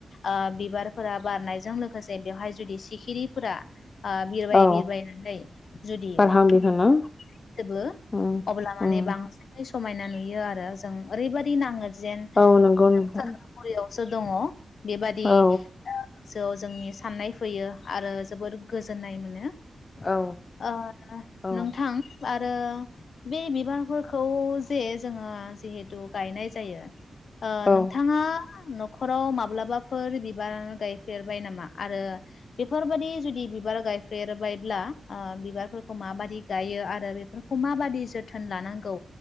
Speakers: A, on the left; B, on the left.
A: ओ बिबारफोरा बारनायजों लोगोसे बेवहाय जुदि सिखिरिफोरा आ बिरबाय
B: औ
A: बिरबायनानै जुदि
B: बारहां
A: <unintelligible>
B: बिरहां ना
A: सोबो
B: उम
A: अब्ला माने
B: उम
A: बांसिनै सु समायना नुयो आरो जों ओरैबादि नाङो जेन
B: औ नंगौ
A: जों
B: नोंथां
A: सोर्गोपुरियाव सो दङ'। बेबादि
B: औ
A: ओ जौ जोंनि साननाय फैयो आरो जोबोद गोजोननाय मोनो। नो
B: औ
A: ओ
B: औ
A: नोंथां आरो बे बिबाफोर खौ जे जोङो जिहेथु गायनाय जायो। ओह
B: औ
A: नोंथाङा नखराव माब्लाबाफोर बिबार गायफेरबाय नामा आरो बेफोरबादि जुदि बिबार गायफेरबायब्ला ओह बिबारफोरखौ माबादि गायो आ रो बेफोरखौ माबादि जोथोन लानांगौ